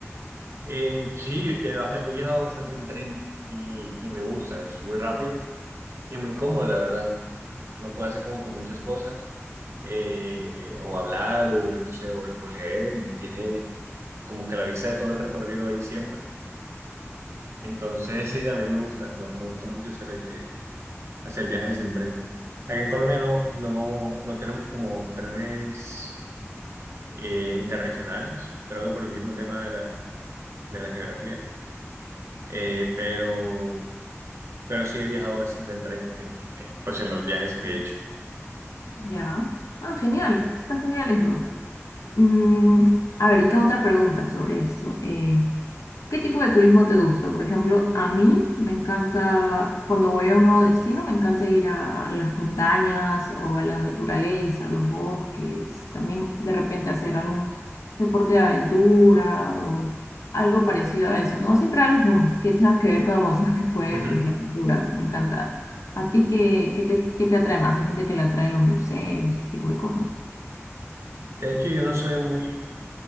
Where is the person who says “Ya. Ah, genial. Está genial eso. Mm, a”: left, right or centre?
Left